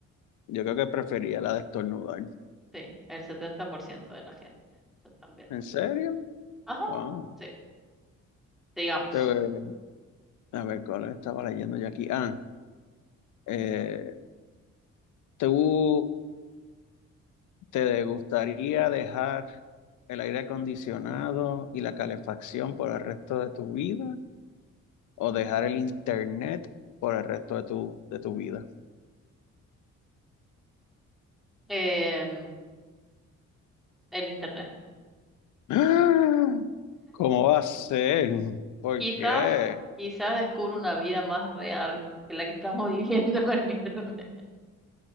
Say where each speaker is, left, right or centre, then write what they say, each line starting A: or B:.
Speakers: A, on the left; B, in the centre.
A: Yo creo que prefería la de estornudar.
B: Sí, el 70% de la gente. Yo también.
A: ¿En serio?
B: Ajá.
A: Wow.
B: Sí, digamos.
A: Te- A ver, ¿cuál estaba leyendo yo aquí? Ah, eh, tú ¿Te gustaría dejar el aire acondicionado y la calefacción por el resto de tu vida o dejar el internet por el resto de tu, de tu vida?
B: Em, el internet.
A: ¡Ah! ¿Cómo va a ser? ¿Por
B: Quizás,
A: qué?
B: quizás descubro una vida más real que la que estamos <laughs> viviendo con el internet.